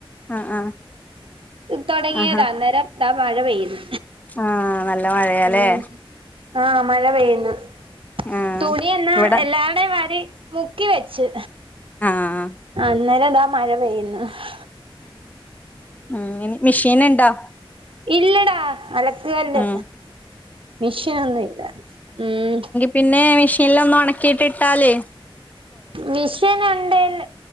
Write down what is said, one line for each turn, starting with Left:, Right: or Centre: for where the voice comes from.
Left: അഹ് ആഹ്.
Right: തൊടങ്ങിയതാ
Left: ആഹാ
Right: അന്നേരം ഇതാ മഴ പെയ്യുന്നു
Left: ആഹ് നല്ല മഴയാല്ലേ
Right: ഉം ആഹ് മഴ പെയ്യുന്നു
Left: ആഹ്
Right: തുണി എന്നാ
Left: ഇവിടെ
Right: എല്ലാരുടെയും വാരി. മുക്കി വെച്ച്
Left: ആഹ്
Right: അന്നേരം ഇതാ മഴ പെയ്യുന്ന് ഹ്.
Left: അങ്ങനെ മിഷീന്ണ്ടാ?
Right: ഇല്ലടാ അലക്കുകല്ല്
Left: ഉം
Right: മിഷൊന്നും ഇല്ല ഉം.
Left: പിന്നേ മിഷീൻല് ഒന്ന് ഒണക്കീട്ട് ഇട്ടാല്.
Right: മിഷ്യൻ ഉണ്ടേല്